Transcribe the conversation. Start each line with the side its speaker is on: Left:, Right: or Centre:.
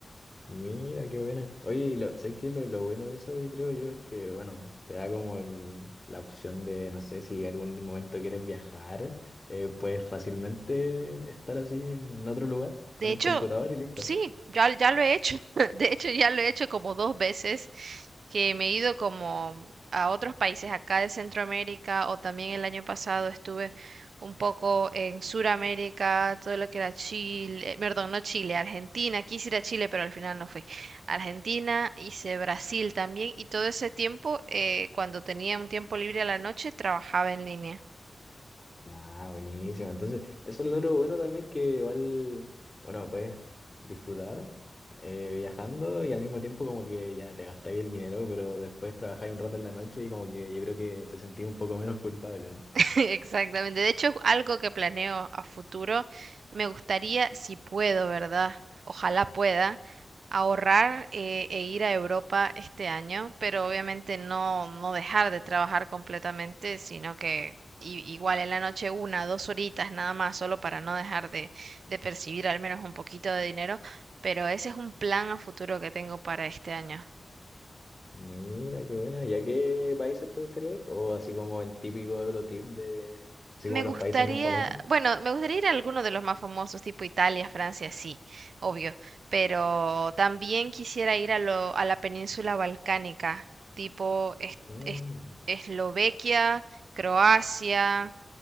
Left: mira, qué buena. Oye, y lo, ¿sabes qué? Lo, lo bueno de eso, yo creo yo, es que, bueno, te da como el- la opción de, no sé, si algún momento quieres viajar, eh, puedes fácilmente estar así en otro lugar con
Right: De
Left: el
Right: hecho,
Left: computador y listo.
Right: sí, ya, ya lo he hecho. <laughs> De hecho, ya lo he hecho como dos veces que me he ido como a otros países acá de Centroamérica o también el año pasado estuve un poco en Suramérica, todo lo que era Chile, eh, perdón, no Chile, Argentina, quise ir a Chile, pero al final no fui. Argentina, hice Brasil también y todo ese tiempo, eh, cuando tenía un tiempo libre a la noche, trabajaba en línea.
Left: Nah, buenísimo. Entonces, eso es lo bueno también que igual, bueno, puedes disfrutar eh, viajando y al mismo tiempo como que ya te gastáis el dinero, pero después trabajáis un rato en la noche y como que yo creo que te sentís un poco menos culpable, ¿no?
Right: <laughs> Exactamente. De hecho, es algo que planeo a futuro. Me gustaría, si puedo, ¿verdad? Ojalá pueda ahorrar eh, e ir a Europa este año, pero obviamente no, no dejar de trabajar completamente, sino que i- igual en la noche una, dos horitas nada más, solo para no dejar de, de percibir al menos un poquito de dinero. Pero ese es un plan a futuro que tengo para este año.
Left: Mira, qué buena. ¿Y a qué países te gustaría ir? O así como el típico Eurotrip de, así
Right: Me
Left: como los
Right: gustaría,
Left: países más famosos.
Right: bueno, me gustaría ir a alguno de los más famosos, tipo Italia, Francia, sí, obvio, pero también quisiera ir a lo, a la península balcánica, tipo Es-
Left: Ah,
Right: Es-
Left: mira,
Right: Eslovaquia, Croacia,